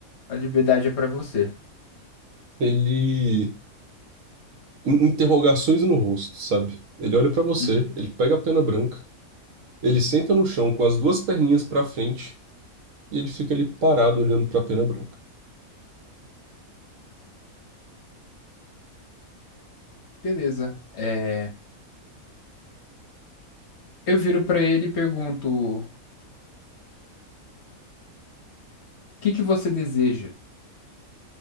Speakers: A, on the left; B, on the right.
A: A liberdade é pra você.
B: ele. in- Interrogações no rosto, sabe? Ele olha pra você,
A: Uhum.
B: ele pega a pena branca, ele senta no chão com as duas perninhas pra frente e ele fica ali parado olhando pra pena branca.
A: Beleza. É, Eu viro pra ele e pergunto: o que que você deseja?